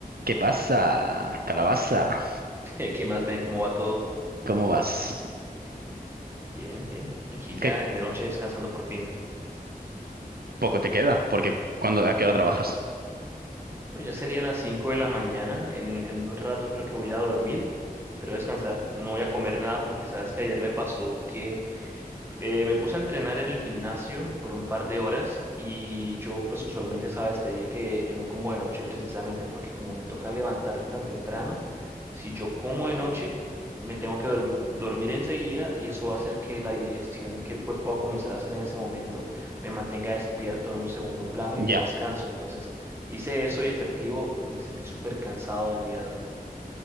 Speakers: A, on the right; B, on the right.
A: ¿Qué pasa, calabaza?
B: <laughs> Eh, ¿Qué más ven? ¿Cómo va todo?
A: ¿Cómo vas?
B: Bien, bien. Aquí
A: ¿Qué
B: ya de noche descansando por fin.
A: poco te queda? Porque cuando, ¿a qué hora trabajas?
B: Bueno, ya sería las 5 de la mañana. En, en un rato creo que voy a dormir. Espero descansar. No voy a comer nada porque sabes que ayer me pasó que Eh, me puse a entrenar en el gimnasio por un par de horas y yo pues usualmente sabes, te dije que yo no como de noche precisamente porque como me toca levantarme tan temprano, si yo como de noche me tengo que dorm- dormir enseguida y eso va a hacer que la digestión que el cuerpo va a comenzar a hacer en ese momento me mantenga despierto en un segundo plano
A: Ya.
B: y no descanso. Entonces hice eso y efectivo, me sentí súper cansado en el día de hoy.